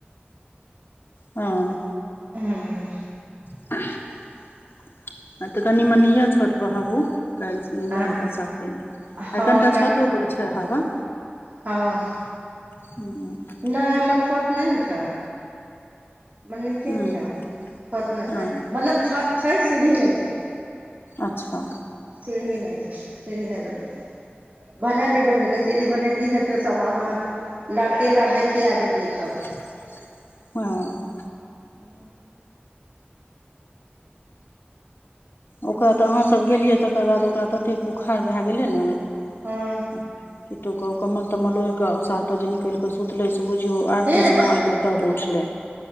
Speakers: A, on the left (about 65°); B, on the right (about 45°).
A: हँ
B: <unintelligible>
A: <unintelligible> कनि मनिय छत हाबौ काल्हि नहि
B: आँ
A: रहए साफेमे अखन
B: हँ
A: कनिटा छतोपर छै हवा
B: ह
A: ह
B: नहि हमर छत नहि ने छै मे नचे
A: हूँ
B: ने छौ छत ने
A: हँ
B: मतलब छत छै सीढ़ी नहि छै
A: अच्छा।
B: सीढ़ी नहि छै सीढ़ी नहि बनती भने नहि बनेलक सीढ़ी बनेती ह ते सभ अनाज लड़ते लड़िते खिया जतियै सभ
A: ह
B: हूँ।
A: ओकरा तऽ अहाँ सभ गेलियै तऽ तकर बाद ओकरा ततेक बोखार भए गेलै न
B: हँ
A: तऽ कमल तम्मल ओड़िक उसार जे निकलि कऽ सुतले से बुझियौ आरतीस
B: हे रे
A: माँ एऐलै तब उठलै